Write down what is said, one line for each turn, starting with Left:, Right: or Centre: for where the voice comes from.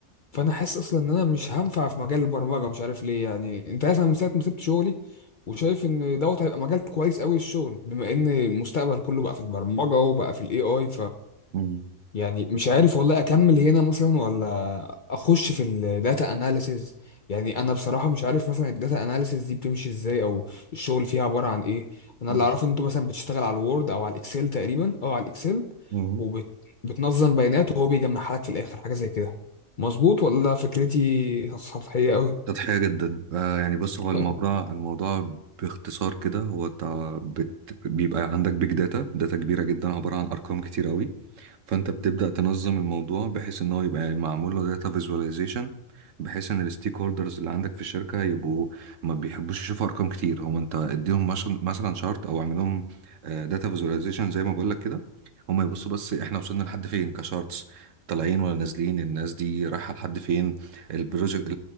Left: فانا حاسس اصلا ان انا مش هنفع في مجال البرمجة مش عارف ليه يعني انت عارف انا من ساعة ما سبت شغلي وشايف ان دوت هيبقى مجال كويس قوي الشغل بما ان المستقبل كله بقى في البرمجة وبقى في الاي اي
Right: مم.
Left: يعني مش عارف والله اكمل هنا مثلا ولا اخش في الداتا اناليسز يعني انا بصراحه مش عارف مثلا الداتا اناليسز دي بتمشي ازاي او الشغل فيها عباره عن ايه انا
Right: مم.
Left: اللي اعرفه إن انتوا مثلا بتشتغل على الوورد او على الاكسل تقريبا او على الاكسل
Right: مم.
Left: وبتنظم بيانات وهو بيجمعها لك في الاخر حاجه زي كده مظبوط ولا فكرتي سطحيه قوي
Right: سطحية جدا آه يعني بص هو الموضوع
Left: <laughs>
Right: الموضوع باختصار كده هو انت بت- بيبقى عندك بيج داتا داتا كبيرة جدا عبارة عن أرقام كتير قوي فانت بتبدأ تنظم الموضوع بحيث ان هو يبقى معمول له داتا فيزواليزيشن بحيث ان الستيك هولدرز اللي عندك في الشركة يبقوا ما بيحبوش يشوفوا ارقام كتير هو انت اديهم مثلا مثلا شارت او اعمل لهم داتا فيزواليزيشن زي ما بقول لك كده هم يبصوا بس احنا وصلنا لحد فين كشارتس طالعين ولا نازلين الناس دي رايحة لحد فين البروجكت